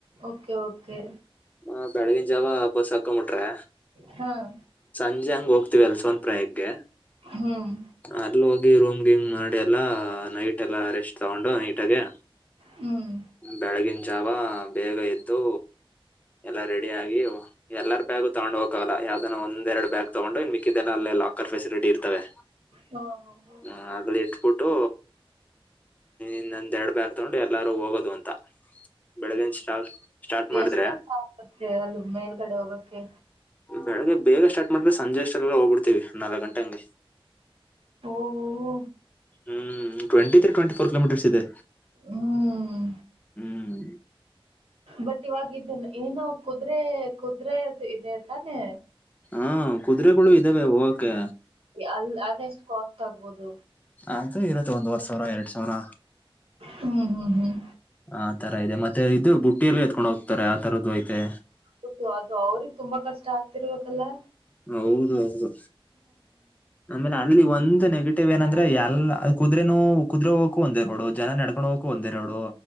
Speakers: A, on the right (about 75°); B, on the left (about 15°).
A: ಓಕೆ ಓಕೆ
B: ಹ ಬೆಳಗಿನ ಜಾವ ಬಸ್ ಹಾಕೊಂಬಿಟ್ರೆ,
A: ಹಾ <inaudible>
B: ಸಂಜೆ ಹಂಗ ಹೋಗ್ತಿವಿ ಅಲ್ಸೊನ್ ಪ್ರಯಕೆ
A: ಹ್ಮ್
B: ಅಲ್ ಹಿ ರೂಮ್, ಹಿಂಗ್ ಮಾಡಿ ಎಲ್ಲಾ ನೈಟ್ ಎಲ್ಲಾ ರೆಸ್ಟ್, ತಗೊಂಡು ನೀಟಾಗೆ
A: ಹ್ಮ್
B: ಬೆಳಗಿನ ಜಾವ ಬೇಗ ಎದ್ದು ಎಲ್ಲಾ ರೆಡಿ ಆಗಿ ಎಲ್ಲಾರ ಬ್ಯಾಗು ತಗೊಂಡ್ ಹೋಗಕಾಗಲ್ಲ. ಯಾವ ನ ಒಂದೆರಡು ಬ್ಯಾಗ್ ತಗೊಂಡ್ರೆ ಮಿಕ್ಕದೇಲ್ಲೇ ಲಾಕರ್ ಫೆಸಿಲಿಟಿ ಇರ್ತವೆ.
A: ಹಾ ಹಾ ಹಾ
B: ಹ ಆಗ್ಲಿ ಇಟ್ಬಿಟ್ಟು ಇನ್ನಂದೆರಡ್ ಬಾಗ ತೊಗಂಡು ಎಲ್ಲಾರು ಹೋಗೋದು ಅಂತ. ಬೆಳಗಿನ ಸ್ಟಾರ್ಟ್ ಸ್ಟಾರ್ಟ್ ಮಾಡಿದ್ರೆ
A: ಎಷ್ಟೋತ್ತೆ ಅಗತ್ಲ್ ಮೇಲ್ಗಡೆ ಹೋಗಕ್ಕೆ.
B: ಬೆಳಗ್ಗೆ ಬೇಗ ಸ್ಟಾರ್ಟ್ ಮಾಡ್ರೆಸಂಜೆ ಅಷ್ಟಲ್ಲಿ ಹೋಗ್ಬಿಡ್ತೇವಿ ನಾಲ್ಕ್ ಗಂಟೆ ಹಂಗೆ.
A: ಹೋ <unintelligible>
B: ಹ್ಮ್ twenty three twenty four kilometres ಇದೆ.
A: ಹ್ಮ್
B: ಹ್ಮ್
A: ಬಟ್ ಇವಾಗ ಇದ ಏನೋ ಕುದುರೆೆ -ಕುದುರೆದು ಇದೆ ತಾನೆ.
B: ಹಾ, ಕುದುರೆೆಗಳು ಇದ್ದಾವೆ ಹೋಗಕೆ.
A: ಅ ಅದೆಷ್ಟು ಕಾಸ್ಟ್ ಆಗ್ಬೋದು.
B: ಆದ್ರು ಇರುತ್ತೆ ಒಂದುವರ್ ಸಾವಿರ, ಎರಡ್ ಸಾವಿರ
A: ಹ್ಮ್ ಹ್ಮ್ ಹ್ಮ್
B: ಆ ತರ ಇದೆ ಮತ್ತೆ ಇದು ಬುಟ್ಟಿಯಲ್ಲಿ ಎತ್ಕೊಂಡ್ ಹೋಗ್ತಾರೆ. ಆ ತರದ್ದು ಐತೆ
A: ಹದು <unintelligible> ಅದು ಅವ್ರಗ್ ತುಂಬಾ ಕಷ್ಟ ಆಗ್ತಿರ್ಬೇಕಲ್ಲಾ,
B: ಹೌದು, ಹೌದು ಆಮೇಲೆ ಅಲ್ಲಿ ಒಂದು ದು ನೆಗೆಟಿವ್ ಏನಂದ್ರ ಎಲ್ಲಾ ಅ ಕುದು್ರೇನು, ಕುದು್ರೆ ಹೋಗಕು ಒಂದೆರೋಡು. ಜನ ನಡ್ಕೊಂಡ್ ಹೋಗಕು ಒಂದೆರೋಡು.